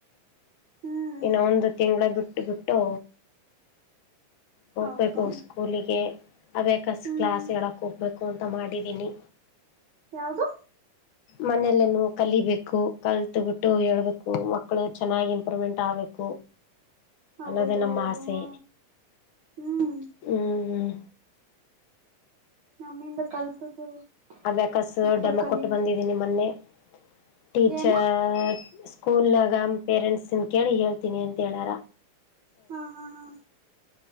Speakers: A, on the right; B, on the left.
A: ಹ್ಮ್
B: ಇನ್ನಾ ಒಂದು ತಿಂಗಳ ಬಿಟ್ಟು ಬಿಟ್ಟು, ಹೋಗ್ಬೇಕು
A: ಹೌದು
B: ಸ್ಕೂಲಿಗೆ. ಅವ್ಯೇಕ
A: ಹ್ಮ್
B: ಕ್ಲಾಸ್
A: ಹ್ಮ್
B: ಹೇಳಕ್ ಹೋಗ್ಬೇಕು ಅಂತ ಮಾಡಿದೀನಿ.
A: ಯಾವದು,
B: ಮನೆಯಲ್ಲೇನು ಕಲಿಬೇಕು ಕಲ್ತುಬಿಟ್ಟು ಹೇಳಬೇಕು. ಮಕ್ಕಳು ಚೆನ್ನಾಗಿ ಇಂಪ್ರೂವ್ಮೆಂಟ್ ಆಗಬೇಕು,
A: ಹೌದ
B: ಅನ್ನದೆೇ ನಮ್ಮ
A: ಹೌದು
B: ಆಸೆ.
A: ಹ ಹ್ಮ್
B: ಹ್ಮ, ಹ್ಮ
A: ನಮ್ಮಿಂದ <unintelligible>
B: ಅಬೆಕಾಸ್
A: ಇನ್ನೊಬ್ರು
B: ಡೆಮೊ
A: ಕಲೀಲಿ
B: ಕೊಟ್ಟ ಬಂದಿದೀನಿ ಮೊನ್ನೆ. ಟೀಚರ್,
A: ಏನು
B: ಸ್ಕೂಲ್ನ್ಯಾಗ ಪೇರೆಂಟ್ಸ್ನ್ ಕೇಳಿ ಹೇಳ್ತೀನಿ ಅಂತ ಹೇಳ್ಯಾರ.
A: ಹಾ, ಹಾ, ಹಾ